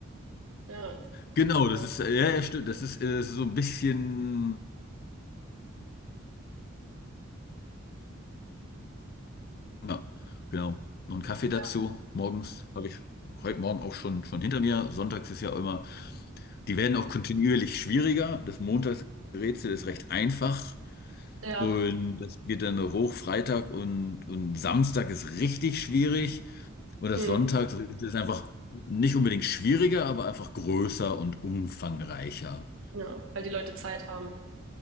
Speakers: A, on the right; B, on the left.
A: ja,
B: Genau,
A: oder,
B: das ist, ja, ja, stimmt. Das ist äh, so ein bisschen, ja, genau. Noch einen Kaffee dazu.
A: ja,
B: Morgens habe ich heute Morgen auch schon, schon hinter mir. Sonntags ist ja immer, die werden auch kontinuierlich schwieriger. Das Montagsrätsel ist recht einfach.
A: ja,
B: Und das geht dann hoch. Freitag und, und Samstag ist richtig schwierig. Und das
A: hm,
B: Sonntagsrätsel ist einfach nicht unbedingt schwieriger, aber einfach größer und umfangreicher.
A: ja, weil die Leute Zeit haben.